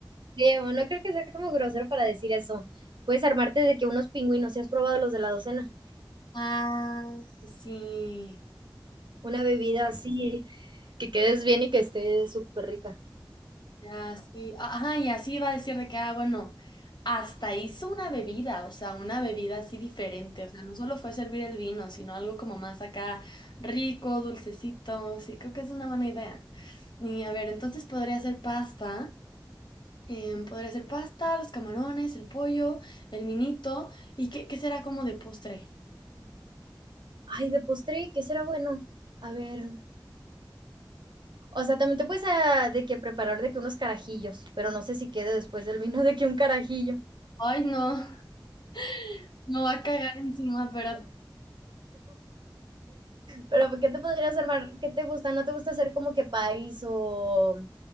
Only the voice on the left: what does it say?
Ah, sí.
Ya, sí. Ajá, y así iba a decir de que, ah, bueno, hasta hizo una bebida, o sea, una bebida así diferente, o sea, no solo fue servir el vino, sino algo como más acá rico, dulcecito, sí, creo que es una buena idea. Y a ver, entonces podría ser pasta, em, podría ser pasta, los camarones, el pollo, el vinito, ¿y qué, qué será como de postre?
Ay, no, <laughs> no va a cagar encima, pero,